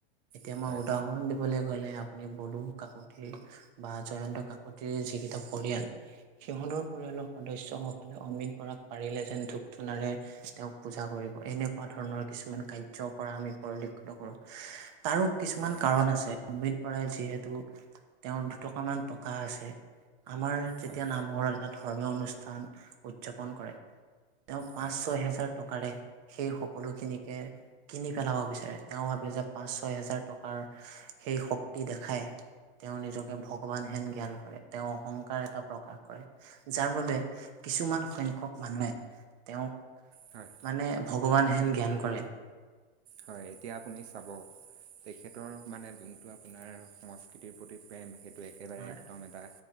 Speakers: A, on the right; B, on the right.
A: এতিয়া
B: হয়
A: মই
B: হয়
A: উদাহৰণ দিবলৈ গ'লে আপুনি বডো কাকতি। বা জয়ন্ত কাকতিৰ যিকেইটা পৰিয়াল সিহঁতৰ পৰিয়ালৰ সদস্য হওঁক অমৃত বৰাক পাৰিলে যেন ধূপ ধূনাৰে তেওঁক পূজা কৰিব, এনেকুৱা ধৰণৰ কিছুমান কাৰ্য কৰা আমি পৰিলক্ষিত কৰোঁ। তাৰো কিছুমান
B: হয়
A: কাৰণ আছে, অমৃত বৰাই যিহেতু তেওঁৰ দুটকা মান টকা আছে আমাৰ যেতিয়া
B: হয়
A: নামঘৰত এটা ধৰ্মীয় অনুষ্ঠান উদযাপন কৰে তেওঁ পাঁচ-ছয়
B: হয়
A: হেজাৰ টকাৰে সেই সকলো খিনিকে কিনি পেলাব বিচাৰে। তেওঁ ভাবে যে পাঁচ-ছয় হাজাৰ টকাৰ সেই শক্তি দেখায় তেওঁ নিজকে ভগৱান হেন জ্ঞান কৰে, তেওঁ অহংকাৰ এটা প্ৰকাশ কৰে। যাৰ বাবে কিছুমান সংখ্যক মানুহে তেওঁক
B: হয়।
A: মানে ভগৱান হেন জ্ঞান কৰে।
B: হয় এতিয়া আপুনি চাব তেখেতৰ মানে যোনটো আপোনাৰ সংস্কৃতিৰ প্ৰতি প্ৰেম সেইটো একেবাৰে
A: হয়
B: একদম এটা